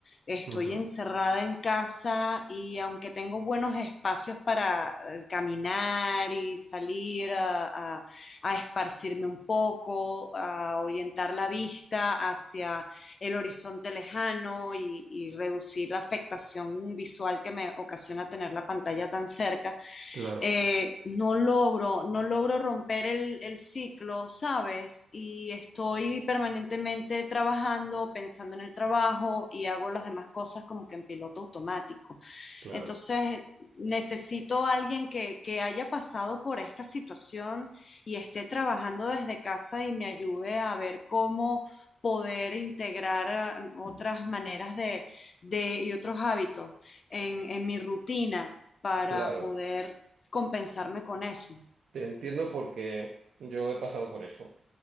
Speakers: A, on the left (about 45°); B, on the right (about 75°).
A: Estoy
B: Ujú.
A: encerrada en casa y aunque tengo buenos espacios para eh, caminar y salir a, a a esparcirme un poco, a orientar la vista hacia el horizonte lejano y, y, reducir la afectación visual que me ocasiona tener la pantalla tan cerca,
B: Claro,
A: eh, no logro, no logro romper el, el, ciclo, ¿sabes? Y estoy permanentemente trabajando, pensando en el trabajo y hago las demás cosas como que en piloto automático.
B: claro,
A: Entonces, necesito a alguien que, que haya pasado por esta situación y esté trabajando desde casa y me ayude a ver cómo poder integrar ah, otras maneras de, de- y otros hábitos en, en mi rutina para
B: claro.
A: poder compensarme con eso.
B: Te entiendo porque yo he pasado por eso.